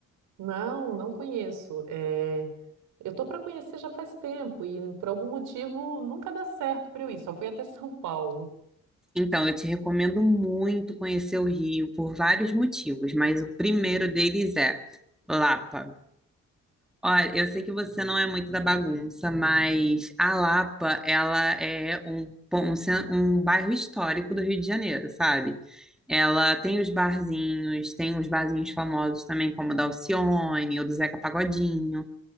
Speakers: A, on the right; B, in the centre.
A: Não, não conheço. Eh, eu tô para conhecer já faz tempo e por algum motivo nunca dá certo para eu ir. Só fui até <laughs> São Paulo.
B: Então, eu te recomendo muito conhecer o Rio por vários motivos, mas o primeiro deles é Lapa. Olha, eu sei que você não é muito da bagunça, mas a Lapa, ela é um, pon- um, cen- um bairro histórico do Rio de Janeiro, sabe? Ela tem os barzinhos, tem os barzinhos famosos também, como o da Alcione ou do Zeca Pagodinho.